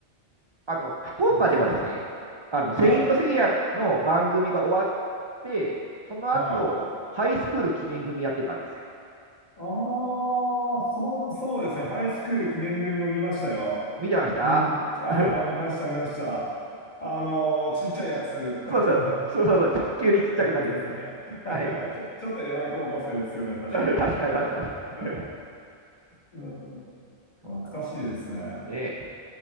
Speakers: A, on the right; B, on the left.
A: あの、福岡ではですね、
B: そうそうそう。
A: あの、
B: はい。
A: セイントセイヤの番組が終わって、その後、
B: はい。
A: ハイスクール鬼面組やってたんですよ。
B: ああ、そ、そうですね。ハイスクール記念組も見ましたよ。
A: 見てました
B: うん。
A: <laughs>
B: あはい、見ました、見ました。あのーちっちゃいやつ。<laughs>
A: そうそう、そうそうそう、
B: 高校生がちっちゃくないやつですね。
A: ち急にちっちゃくなるやつですね。はい。
B: <laughs> ちょ、ちょっとエロい高校生ですよね、
A: <laughs>
B: 確か。
A: 確かに、
B: <laughs>
A: 確かに。<laughs> 確かに
B: うん、懐かしいですね。
A: そうなんですね。